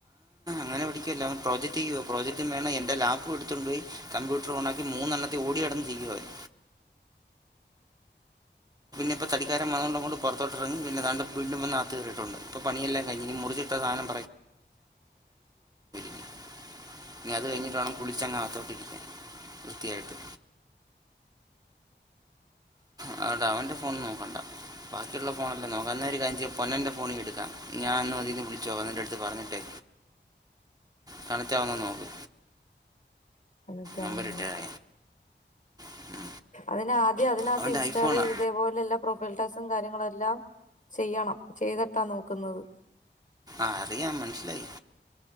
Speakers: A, on the right; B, on the left.
A: അങ്ങനെഠിക്കുവല്ല അവൻ പ്രോജക്റ്റ് ചെയ്യുവ പ്രോജക്റ്റും വേണം എന്റെ ലാപ്പു എടുത്തോണ്ട് പോയി കമ്പ്യൂട്ടർ ഓണാക്കി മൂന്നെണ്ണത്തി ഓടി കിടന്ന്
B: <unintelligible>
A: ചെയ്യുവോ അവൻ
B: <unintelligible>
A: ഇപ്പൊ തടിക്കാര വന്ന കൊണ്ട് പുറത്തോട്ടറങ്ങി പിന്നെ താണ്ട് <unintelligible> ഇപ്പൊ പണിയെല്ലാം കയിഞ്ഞ് ഇനി കയിഞ്ഞ് മുറിച്ചട്ട സാനം
B: <unintelligible>
A: ഇനി ഇനി അത് കഴിഞ്ഞിട്ട് വേണം കുളിച്ചങ്ങ അത്തോട്ടിരിക്കാൻ വൃത്തിയായിട്ട്
B: <inaudible>
A: അതുകൊണ്ട് അവൻ്റെ ഫോൺ നോക്കണ്ട ബാക്കിയുള്ള ഫോണല്ലേ നോക്കാം ന്നാ ഒരു കാര്യം ചെയ്യ്‌ പൊന്നെന്റെ ഫോണി എടുക്കാം ഞാൻന്ന് അതിന്ന് വിളിച്ചോക്ക ന്നിട്ട് എടുത്ത് പറഞ്ഞിട്ടേ
B: <inaudible>
A: കണക്റ്റാവുന്നോ നോക്ക്
B: കണക്റ്റാവുന്നെ
A: നമ്പർ ഇട്ടേരാ
B: നോക്കാ
A: ഞാൻ
B: അതിന് ആദ്യം അതിനകത്ത്
A: അവൻ്റെ
B: ഇൻസ്റ്റാൾ
A: ഐഫോണാ
B: ചെയ്ത് ഇതേപോലെ എല്ല പ്രൊഫൈൽ ടാസ് ക്കും കാര്യങ്ങളും എല്ലാം ചെയ്യണം ചെയ്തിട്ടാ നോക്കുന്നത്.
A: ആ അറിയാം മനസ്സിലായി.